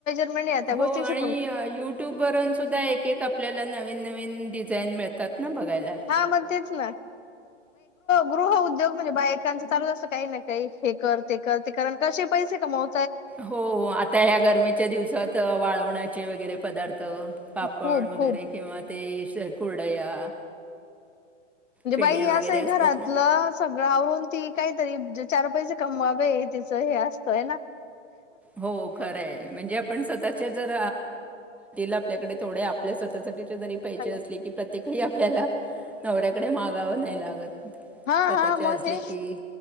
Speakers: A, on the left (about 80°); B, in the centre.
A: म्हणले आता गोष्टींची.
B: हो आणि युट्यूब वरून सुद्धा एक एक आपल्याला नवीन नवीन डिझाईन मिळतात ना बघायला.
A: हा मग तेच ग गृह उद्योग म्हणजे बायकांचा चालू असत काही ना काही हे कर ते कर ते कर कसे पैसे कमाव
B: हो आता ह्या गर्मीच्या दिवसात वाळवण्याचे वगैरे पदार्थ पापड
A: खूप
B: वगैरे
A: खूप
B: किंवा ते कुरडया.
A: म्हणजे,
B: फेण्या
A: बाई
B: वगैरे
A: असं आहे घरातलं
B: असतात ना.
A: सगळं आवरून ती काहीतरी चार पैसे कमवावे तिचं हे असतंय ना
B: हो खरंय म्हणजे आपण सतत. <unintelligible> आपल्याकडे थोड्या आपल्या स्वतःसाठी पाहिजे
A: हॅलो.
B: असले की. तिकडे आपल्याला. नवऱ्याकडे मागावं नाही लागत.
A: हा
B: स्वतःचे
A: हा मध्ये
B: असले की